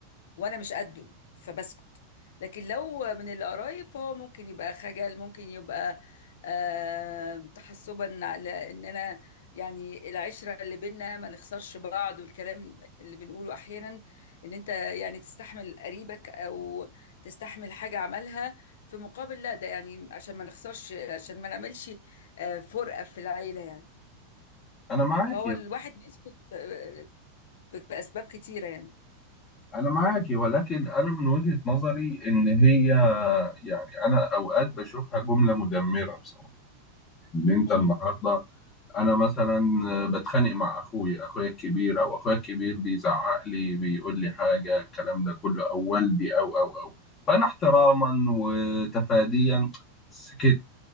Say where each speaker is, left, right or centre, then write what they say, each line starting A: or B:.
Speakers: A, on the left; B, on the left.
A: وانا مش قده فبسكت لكن لو من القرايب فهو ممكن يبقى خجل ممكن يبقى آه تحسبا على ان انا يعني العشرة اللي بينا ما نخسرش بعض والكلام اللي بنقوله احيانا ان انت يعني تستحمل قريبك او تستحمل حاجة عملها في مقابل لا ده يعني عشان ما نخسرش عشان ما نعملش آه فرقة في العيلة يعني
B: انا معاكي
A: فهو الواحد بيسكت آه، بأسباب كتيرة يعني
B: انا معاكي ولكن انا من وجهه نظري ان هي يعني انا اوقات بشوفها جمله مدمره بصراحه ان انت
A: امم
B: النهارده انا مثلا بتخانق مع اخويا اخويا الكبير او اخويا الكبير بيزعق لي بيقول لي حاجه الكلام ده كله او والدي او او او فانا احتراما
A: امم
B: وتفاديا سكت